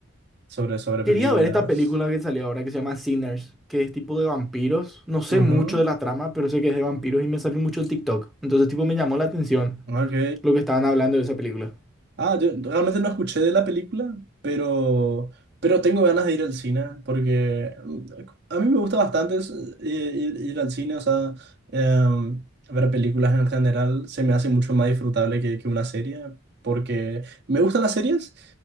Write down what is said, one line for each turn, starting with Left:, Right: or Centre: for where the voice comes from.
Right: sobre, sobre
Centre: Quería
Right: películas.
Centre: ver esta película que salió ahora que se llama Sinners, que es tipo de vampiros. No sé
Right: Ujú,
Centre: mucho de la trama, pero sé que es de vampiros y me salió mucho el TikTok. Entonces, tipo, me llamó la atención
Right: Ok,
Centre: lo que estaban hablando de esa película.
Right: Ah, yo realmente no escuché de la película, pero, pero tengo ganas de ir al cine, porque mm, a mí me gusta bastante es, eh, ir, ir al cine, o sea, em, ver películas en general se me hace mucho más disfrutable que, que una serie, porque me gustan las series,